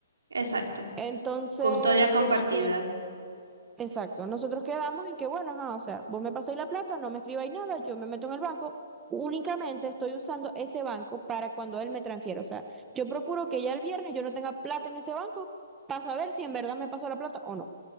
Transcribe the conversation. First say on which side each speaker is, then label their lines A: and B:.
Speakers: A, on the right; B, on the right.
A: exacto.
B: Entonces,
A: Custodia compartida.
B: este, exacto, nosotros quedamos en que, bueno, ajá, o sea, vos me pasáis la plata, no me escribáis nada, yo me meto en el banco, únicamente estoy usando ese banco para cuando él me transfiera, o sea, yo procuro que ya el viernes yo no tenga plata en ese banco para saber si en verdad me pasó la plata o no.